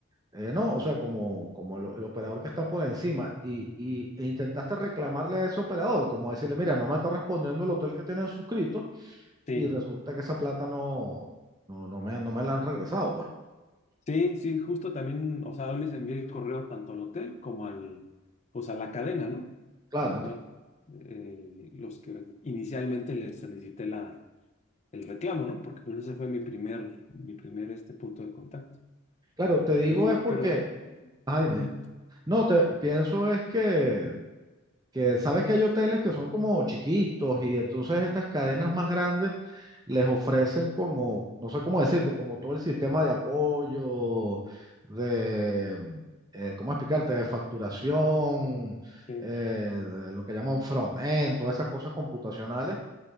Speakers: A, on the right; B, on the left.
A: eh, ¿no? O sea, como, como lo- el operador que está por encima y, y- e intentaste reclamarle a ese operador, como decirle, mira, no me está respondiendo el hotel que tienen suscrito
B: sí,
A: y resulta que esa plata no, no, no me, no me la han regresado, pues.
B: sí, sí, justo también, o sea, yo les envié el correo tanto al hotel como al, pues a la cadena, ¿no?
A: Claro,
B: Tal
A: enti-
B: cual. Eh, los que inicialmente les solicité la, el reclamo, ¿no? Porque pues ese fue mi primer, mi primer este punto de contacto.
A: claro, te digo
B: Eh,
A: es porque,
B: pero,
A: ah, dime,
B: ujú,
A: dime. No, te pienso es que que sabes que hay hoteles que son como chiquitos y entonces estas cadenas más grandes les ofrecen como, no sé cómo decirte, como todo el sistema de apoyo, de, eh, ¿cómo explicarte?, de facturación,
B: sí.
A: eh, de lo que llaman front-end, todas esas cosas computacionales.